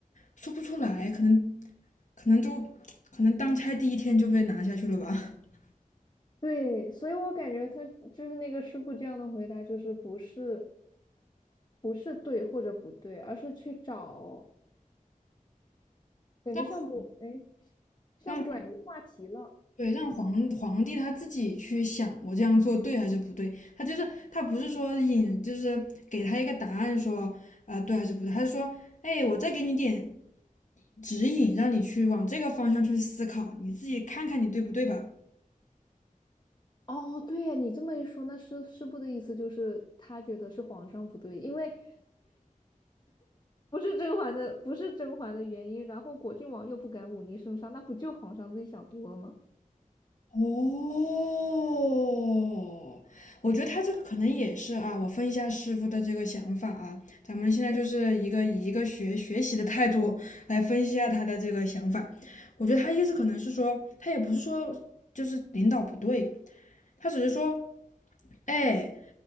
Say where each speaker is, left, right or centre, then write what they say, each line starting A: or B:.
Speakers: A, on the left; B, on the left.
A: 说不出来，可能可能就可能当差第一天就被拿下去了吧。<laughs>
B: 对，所以我感觉他就是那个师傅这样的回答，就是不是不是对或者不对，而是去找感觉像我，
A: 让
B: 哎，像转移话题了。
A: 让对让皇皇帝他自己去想，我这样做对还是不对？他就是他不是说引，就是给他一个答案说啊、呃对还是不对？他是说，哎，我再给你点指引，让你去往这个方向去思考，你自己看看你对不对吧？
B: 哦，对呀，你这么一说，那师师傅的意思就是他觉得是皇上不对，因为不是甄嬛的，不是甄嬛的原因，然后果郡王又不敢忤逆圣上，那不就皇上自己想多了吗？
A: 哦，我觉得他这个可能也是啊，我分一下师傅的这个想法啊，咱们现在就是一个以一个学学习的态度来分析一下他的这个想法。我觉得他意思可能是说，他也不是说就是领导不对，他只是说，哎，